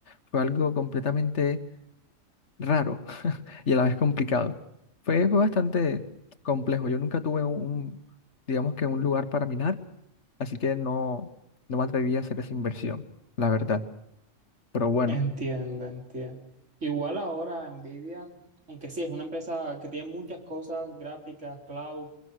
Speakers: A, on the left; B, on the right.
A: fue algo completamente raro. y a la vez complicado. Fue, fue bastante complejo. Yo nunca tuve un, un, digamos que un lugar para minar, así que no, no me atreví a hacer esa inversión, la verdad. Pero bueno,
B: Entiendo, entiendo. Igual ahora Nvidia, aunque sí es una empresa que tiene muchas cosas, gráficas, cloud,